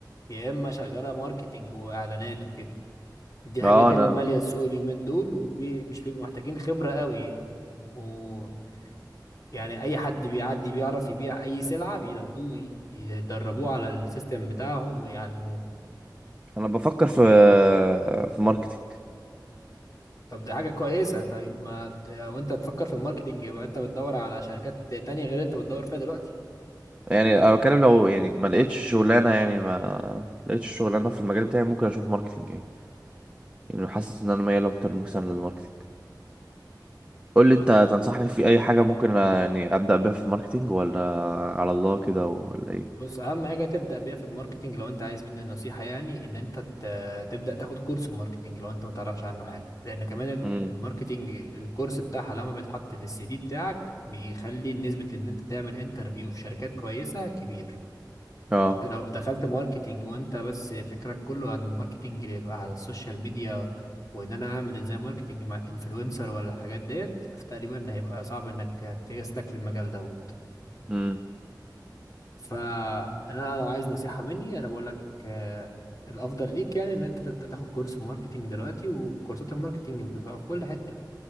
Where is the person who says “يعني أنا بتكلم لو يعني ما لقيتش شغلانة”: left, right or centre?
Right